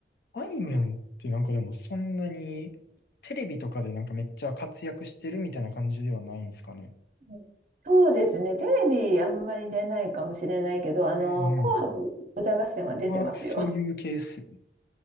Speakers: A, on the left (about 60°); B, on the right (about 45°).
A: あいみょんってなんかでもそんなにテレビとかでなんかめっちゃ活躍してるみたいな感じではないんですかね。
B: う。うんそうですね、テレビあんまり出ないかもしれないけど、あのー紅白歌合戦は出てますよ。
A: うんうん。ああ、そういうケース。